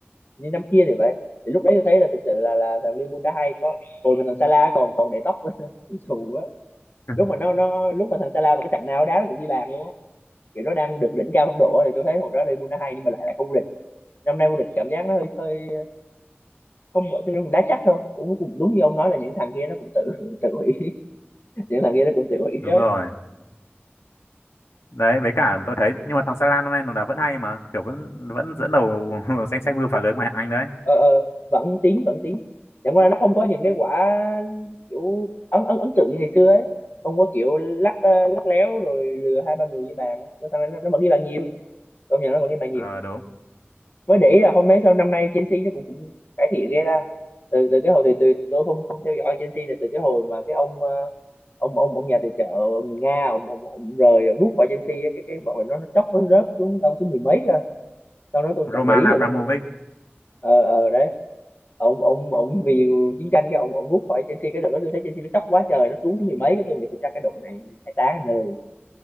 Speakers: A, on the left; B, on the left.
A: Hình như năm kia thì vậy thì lúc đấy tôi thấy là thực sự là là thằng Liverpool đã hay có hồi mà thằng Salah còn còn để tóc <laughs> dù á
B: <laughs>
A: lúc mà nó nó lúc mà thằng Salah mà cái trận nào đá nó cũng ghi bàn luôn á kiểu nó đang được đỉnh cao phong độ á, thì tôi thấy hồi đó Liverpool đã hay nhưng mà lại là không vô địch năm nay vô địch cảm giác nó hơi hơi công nghệ tôi cũng đá chắc thôi cũng cũng đúng như ông nói là những thằng kia nó cũng tự tự hủy <laughs> những thằng kia nó cũng tự hủy
B: đúng
A: chứ
B: rồi đấy với cả tôi thấy nhưng mà thằng Salah năm nay nó đá vẫn hay mà kiểu vẫn vẫn dẫn đầu <laughs> danh sách mưu phá lưới ngoại hạng Anh đấy
A: ờ, ờ, vẫn tiến vẫn tiến chẳng qua là nó không có những cái quả kiểu ấn ấn ấn tượng như ngày xưa ấy không có kiểu lắc ờ, lắc léo rồi lừa hai ba người với bàn á. nó thằng này nó, nó vẫn ghi bàn nhiều công nhận nó vẫn ghi bàn nhiều
B: ờ đúng
A: mới để ý là không mấy sau năm nay Chelsea nó cũng, cũng cải thiện ghê ra từ từ cái hồi thì từ tôi không không theo dõi Chelsea là từ cái hồi mà cái ông ờ, ông ông ông nhà tài trợ người Nga ông, ông, ông rời ông rút khỏi Chelsea á, cái cái bọn mình nó nó chốc nó rớt xuống đâu thứ mười mấy cơ sau đó tôi
B: Roman
A: chẳng để ý
B: Abramovich
A: rồi luôn ờ ờ đấy ông ông ông vì chiến tranh cái ông ông rút khỏi Chelsea cái đợt đó tôi thấy Chelsea nó chóc quá trời nó xuống thứ mười mấy cái tôi nghĩ tôi chắc cái đội này phải tá nơi